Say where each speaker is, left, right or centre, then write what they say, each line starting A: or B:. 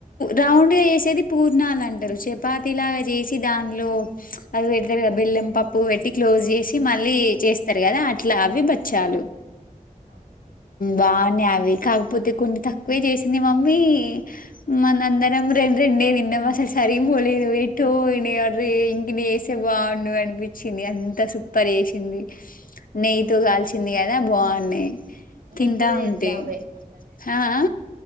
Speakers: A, on the left; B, on the right.
A: రౌండ్ చేసేది పూర్ తన్నాాలంటారు చపాతి లాగా చేసి దానిలో అది పెడతారు కదా బెల్లం పప్పు పెట్టి క్లోజ్ చేసి మళ్ళీ చేస్తారు కదా అట్లా అవి బచ్చాలు
B: అవునా
A: బాగున్నాయి అవి కాకపోతే కొన్ని తక్కువే చేసింది మమ్మీ ఎ మనందరం కుడ రం రండే నిన్నం అసలు సరిగిపోలేదు ఎటో ఇంకనే వేసే బాగుండు అనిపించింది అంత సూపర్ వేసిండు నెయ్యి తో కాగాల్చిందిగా అదే బగుంధి తింటా
B: నేను కూడా చేస్తా
A: ఉంటే
B: అవే అట్లనే
A: హా ఆ